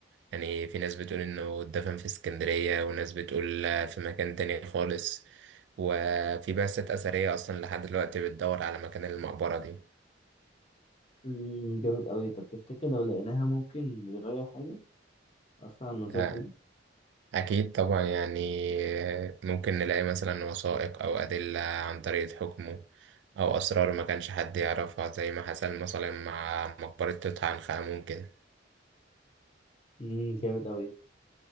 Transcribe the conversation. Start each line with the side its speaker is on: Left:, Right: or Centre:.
Right: يعني في ناس بتقول إنه اتدفن في اسكندرية وناس بتقول في مكان تاني خالص وفي بعثات أثرية أصلا لحد دلوقتي بتدور على مكان المقبرة دي
Left: مم، جامد أوي طب تفتكر لو لقيناها ممكن يغير حاجة أصلا عن نظرتنا
Right: آه،
Left: ليه؟
Right: أكيد طبعا يعني ممكن نلاقي مثلا وثائق أو أدلة عن طريقة حكمه أو أسرار ما كانش حد يعرفها زي ما حصل مثلا مع مقبرة توت عنخ آمون كده
Left: مم، جامد أوي